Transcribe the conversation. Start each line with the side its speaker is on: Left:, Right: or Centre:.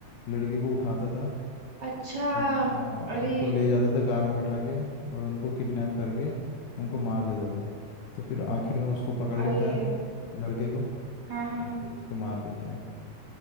Left: लड़की को उठाता था
Right: अच्छा
Left: हाँ, हाँ,
Right: अरे
Left: उनको ले जाता था कार में बैठा के और उनको किडनैप करके उनको मार देता था तो फिर आखिर में उसको पकड़
Right: अरे
Left: लेता है लड़के को
Right: हाँ हाँ
Left: और
Right: हाँ
Left: फिर उसको मार देता है